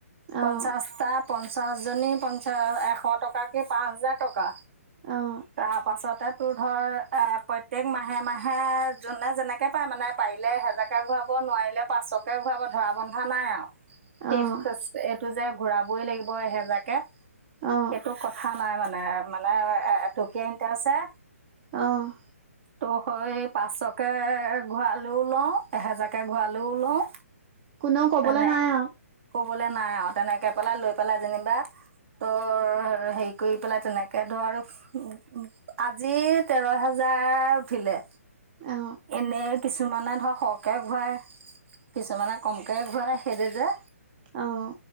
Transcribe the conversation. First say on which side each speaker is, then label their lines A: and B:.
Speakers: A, on the right (about 55°); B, on the right (about 35°).
A: পঞ্চাশটা
B: অ'।
A: পঞ্চাশ জনী পঞ্চা এশ টকাকে পাঁচ হাজাৰ টকা।
B: অ',
A: তাৰ পাছতে তোৰ ধৰ এ প্ৰত্যেক মাহে মাহে যোনে যেনে- কে পাই মানে পাৰিলে এহেজাকে ঘূৰাব নোৱাৰিলে পাঁচশকে ঘূৰাব ধৰা বন্ধা নাই আও ঠিক
B: অ',
A: কৈছে, এইটো যে ঘূৰাবই লাগিব এহেজাকে
B: অ
A: সেইটো কথা নাই মানে মানে এটকিয়া ইনট্ৰাষ্ট হে
B: অঁ।
A: ত সেই পাঁচশকে কে ঘুৰালেও লওঁ এহেজাকে ঘুৰালেও লওঁ
B: কোনেও কবলে
A: তেনে
B: নাই আও
A: ক'বলে নাই আও তেনেকে পেলাই লৈ পেলাই যেনেবা অ অ হেৰি কৰি পেলাই তেনেকে ধৰ উ আজি তেৰ হেজাৰ উঠিলে।
B: অ।
A: এনেই কিছুমানে ধৰক সৰহকে ঘূৰাই। কিছুমানে কমকে ঘূৰাই, সেইটো যে
B: অঁ।